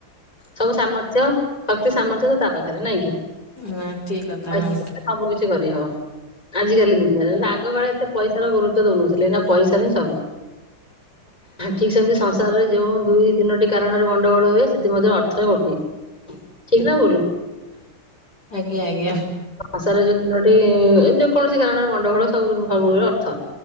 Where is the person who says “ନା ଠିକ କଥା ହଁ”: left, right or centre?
Left